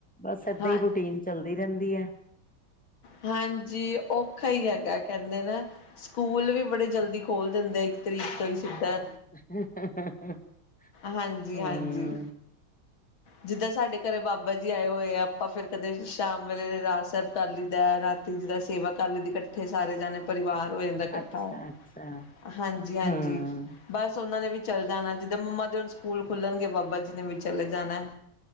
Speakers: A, in the centre; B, on the left (about 80°).
A: ਬਸ ਏਦਾਂ
B: ਹਾਂ
A: ਈ ਰੂਟੀਨ ਚੱਲਦੀ ਰੈਂਦੀ ਐ।
B: ਹਾਂਜੀ ਔਖਾ ਹੀ ਹੈਗਾ ਕਹਿੰਦੇ ਨੇ, ਸਕੂਲ ਵੀ ਬੜੇ ਜਲਦੀ- ਖੋਲ੍ਹ ਦਿੰਦੇ ਇੱਕ ਤਰੀਕ ਤੋਂ ਹੀ ਸਿੱਧਾ
A: <unintelligible>
B: ਹਾਂਜੀ-ਹਾਂਜੀ।
A: ਹਮ
B: ਜਿੱਦਾਂ ਸਾਡੇ ਘਰੇ ਬਾਬਾ ਜੀ ਆਏ ਹੋਏ ਆ। ਆਪਾਂ ਫਿਰ ਕਦੇ ਸ਼ਾਮ ਵੇਲੇ ਰਹਿਰਾਸ ਸਾਹਿਬ ਕਰ ਲਈਦਾ ਹੈ। ਰਾ ਜਿਦਾ ਸੇਵਾ ਕਰ ਲਈ ਦੀ ਇਕੱਠੇ ਸਾਰੇ ਜਾਣੇ ਪਰਿਵਾਰ ਦਾ ਇਕੱਠਾ।
A: ਅੱਛਾ ਅੱਛਾ
B: ਹਾਂਜੀ-ਹਾਂਜੀ।
A: ਹਮ
B: ਬਸ ਉਹਨਾਂ ਨੇ ਵੀ ਚੱਲ ਜਾਣਾ ਜਿੱਦਾਂ ਮੰਮਾ। ਹੁਣ ਸਕੂਲ ਖੁੱਲਣਗੇ ਬਾਬਾ ਜੀ ਨੇ ਵੀ ਚਲੇ ਜਾਣਾ।